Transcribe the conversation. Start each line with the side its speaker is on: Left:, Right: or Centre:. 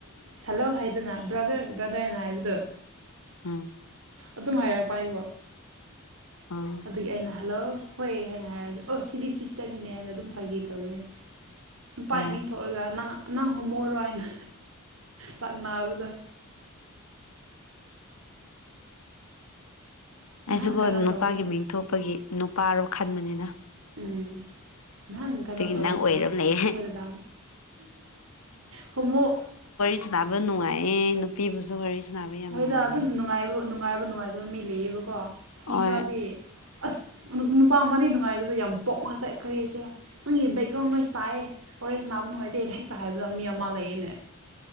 Right: ꯍꯜꯂꯣ ꯍꯥꯏꯗꯅ ꯕ꯭ꯔꯥꯗꯔ ꯕ꯭ꯔꯥꯗꯔꯅ ꯍꯥꯏꯕꯗꯣ
Left: ꯎꯝ
Right: ꯑꯗꯨꯝ ꯍꯥꯏꯔꯛꯄ ꯑꯩꯕꯨ
Left: ꯑꯥ
Right: ꯑꯗꯨꯒꯤ ꯑꯩꯅ ꯍꯜꯂꯣ ꯍꯣꯏ ꯍꯥꯏꯅ ꯍꯥꯏꯔꯗꯤ ꯑꯣ ꯁꯤꯗꯤ ꯁꯤꯁꯇꯔꯅꯤꯅꯦ ꯍꯥꯏꯅ ꯑꯗꯨꯝ ꯐꯥꯈꯤ ꯇꯧꯕꯅꯦ ꯅꯨꯄꯥ
Left: ꯍꯣꯏ
Right: ꯏꯃꯤꯡ ꯊꯣꯛꯑꯒ ꯅ ꯅꯪ ꯍꯣꯃꯣꯔꯣ ꯍꯥꯏꯅ ꯂꯥꯛꯅꯕꯗ
Left: ꯑꯩꯁꯤꯒꯣ
Right: ꯅꯍꯥꯟ ꯀꯩꯅꯣ
Left: ꯅꯨꯄꯥꯒꯤ
Right: ꯇꯧꯕꯗ
Left: ꯃꯤꯡ ꯊꯣꯛꯄꯒꯤ ꯅꯨꯄꯥꯔꯣ ꯈꯟꯕꯅꯤꯅ
Right: ꯎꯝ ꯅꯍꯥꯟ ꯀꯩꯅꯣ
Left: ꯑꯗꯨꯒꯤ
Right: ꯇꯧꯕꯗ
Left: ꯅꯪ ꯑꯣꯏꯔ ꯂꯩꯔꯦ
Right: ꯑꯩꯈꯣꯏꯗ ꯗꯥꯟ ꯈꯨꯝꯃꯣꯛ
Left: ꯁꯅꯕ ꯅꯉꯥꯏꯌꯦ ꯅꯨꯄꯤ ꯕꯨꯖꯨ ꯋꯥꯔꯤ ꯁꯥꯟꯅꯕ ꯌꯥꯝ
Right: ꯍꯣꯏꯗ
Left: ꯅꯨꯡꯉꯥꯏꯌꯦ
Right: ꯑꯗꯨꯝ ꯅꯨꯡꯉꯥꯏꯕ ꯅꯨꯡꯉꯥꯏꯕ ꯅꯨꯡꯉꯥꯏꯇꯕ ꯃꯤ ꯂꯩꯌꯦꯕꯀꯣ ꯃꯤ
Left: ꯍꯣꯏ
Right: ꯈꯔꯗꯤ ꯑꯁ ꯅꯨꯄꯥ ꯑꯃꯗꯤ ꯅꯨꯡꯉꯥꯏꯗꯨꯗ ꯌꯥꯝ ꯄꯣꯛꯉꯒ ꯀꯔꯤꯁꯤꯔꯥ ꯅꯪꯒꯤ ꯕꯦꯛꯒ꯭ꯔꯥꯎꯟ ꯅꯣꯏꯁ ꯇꯥꯏꯌꯦ ꯐꯣꯔꯦꯁ ꯅꯥꯕ ꯅꯨꯡꯉꯥꯏꯇꯦꯅ ꯍꯦꯛꯇ ꯍꯥꯏꯕꯗꯣ ꯃꯤ ꯑꯃ ꯂꯩꯌꯦꯅꯦ